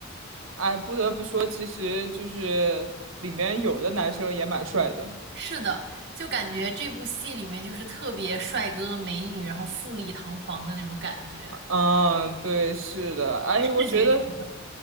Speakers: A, on the right; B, on the right.
A: 哎，不得不说，其实就是里面有的男生也蛮帅的。
B: 是的，就感觉这部戏里面就是特别帅哥美女，然后富丽堂皇的那种感觉，
A: 嗯，对，是的。哎，
B: 视觉享受。
A: 我觉得